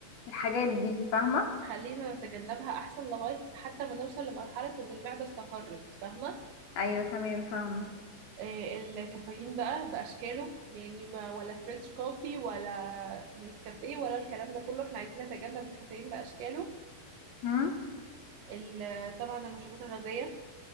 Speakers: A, on the left; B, on the right.
A: الحاجات دي فاهمه
B: خلينا نتجنبها أحسن لغاية حتى ما نوصل لمرحلة إن المعدة استقرت فاهمة
A: ايوه تمام فاهمه
B: آه، الكافيين بقى بأشكاله يعني ما ولا فرنش كوفي ولا نسكافيه ولا الكلام ده كله احنا عايزين نتجنب الكافيين بأشكاله
A: هم؟
B: ال- طبعا المشروبات الغازية